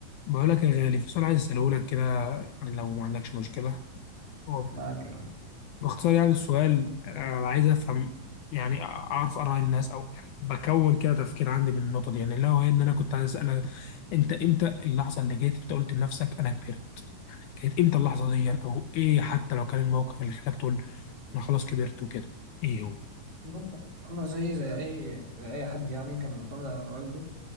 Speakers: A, on the left (about 80°); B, on the right (about 40°).
A: بقول لك يا غالي في سؤال عايز اساله لك كده يعني لو ما عندكش مشكله هو
B: معاك يا راجل
A: باختصار يعني السؤال انا عايز افهم يعني اعرف اراء الناس او يعني بكون كده تفكير عندي من النقطه دي يعني لو هي ان انا كنت عايز اسالك انت امتى اللحظه اللي جيت انت قلت لنفسك انا كبرت كانت امتى اللحظه دي يعني او ايه حتى لو كان الموقف اللي خلاك تقول انا خلاص كبرت وكده ايه هو
B: بص انا زي زي اي زي اي حد يعني كان معتمد على والده